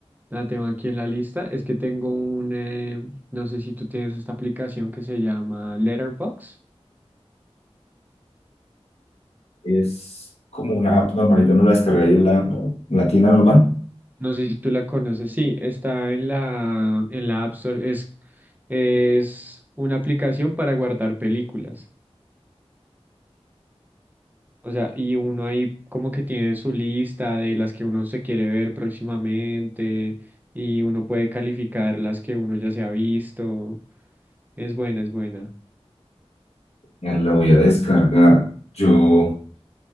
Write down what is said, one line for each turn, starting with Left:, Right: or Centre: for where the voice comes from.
Right: la tengo aquí en la lista. Es que tengo un, eh, no sé si tú tienes esta aplicación que se llama Letterboxd.
Left: Es como una app normalita, no la descargué ahí en la, en la tienda normal.
Right: No sé si tú la conoces. Sí, está en la, en la App Store. Es, es una aplicación para guardar películas. O sea, y uno ahí como que tiene su lista de las que uno se quiere ver próximamente y uno puede calificar las que uno ya se ha visto. Es buena, es buena.
Left: Ya la voy a descargar. Yo